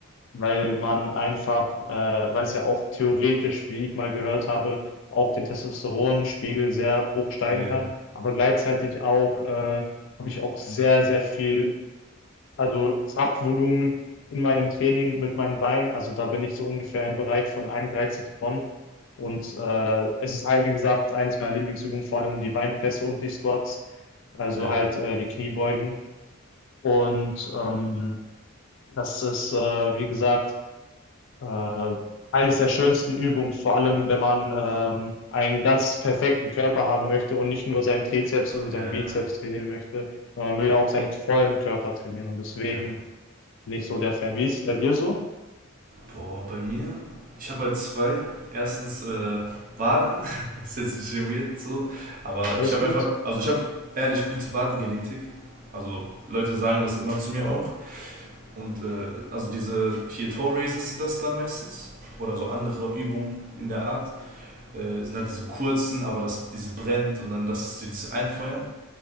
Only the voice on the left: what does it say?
weil man einfach, äh weil es ja auch theoretisch, wie ich mal gehört habe, auch den Testosteronspiegel sehr hoch steigen
kann aber gleichzeitig auch äh, habe ich auch sehr, sehr viel, also Kraftvolumen in meinem Training mit meinen Beinen. Also da bin ich so ungefähr im Bereich von 31 Tonnen. Und äh, es ist, wie gesagt, eines meiner Lieblingsübungen, vor allem die Beinpresse und die Squats, also
halt äh, die Kniebeugen. Und ähm, das ist, äh, wie gesagt, äh, eines der schönsten Übungen, vor allem wenn man ähm, einen ganz perfekten Körper haben möchte und nicht nur seinen Trizeps und seinen
Bizeps trainieren möchte. Man will ja auch seinen vollen Körper trainieren und deswegen
bin ich so der Fan. Wie ist es bei dir so?
Alles
gut?